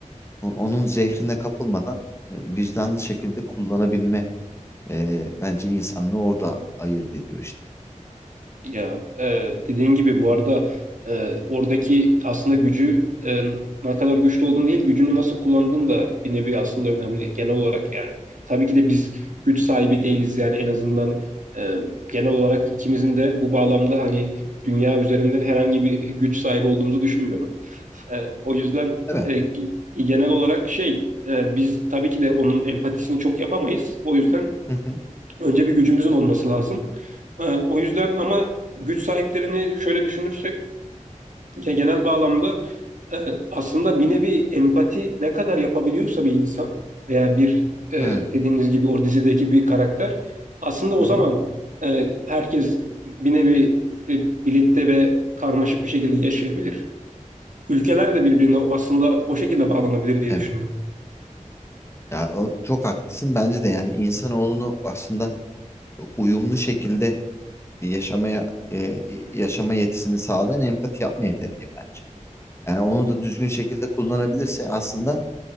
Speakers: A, on the left; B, on the right.
A: o- onun zehrine kapılmadan e, vicdanlı şekilde kullanabilme e, bence insanlığı orada ayırt ediyor işte.
B: Ya e, dediğin gibi bu arada e, oradaki aslında gücü e, ne kadar güçlü olduğun değil, gücünü nasıl kullandığın da bir nevi aslında önemli genel olarak yani. Tabii ki de biz güç sahibi değiliz yani en azından e, genel olarak ikimizin de bu bağlamda hani dünya üzerinde herhangi bir güç sahibi olduğumuzu düşünmüyorum. E, o yüzden
A: Değil mi?
B: e, g- genel olarak şey e, biz tabii ki de onun empatisini çok yapamayız. O yüzden
A: Hı hı.
B: Önce bir gücümüzün olması lazım. Ee, o yüzden ama güç sahiplerini şöyle düşünürsek ya genel bağlamda e, aslında bir nevi empati ne kadar yapabiliyorsa bir insan veya bir e,
A: Evet.
B: dediğiniz gibi o dizideki bir karakter aslında o
A: Hı hı.
B: zaman e, herkes bir nevi e, birlikte ve karmaşık bir şekilde yaşayabilir. Ülkeler de birbirine aslında o şekilde bağlanabilir diye
A: Evet.
B: düşünüyorum.
A: Ya o çok haklısın bence de yani insanoğlunu aslında e, uyumlu şekilde yaşamaya e, yaşama yetisini sağlayan empati yapma yeteneği bence. Yani onu da düzgün şekilde kullanabilirse aslında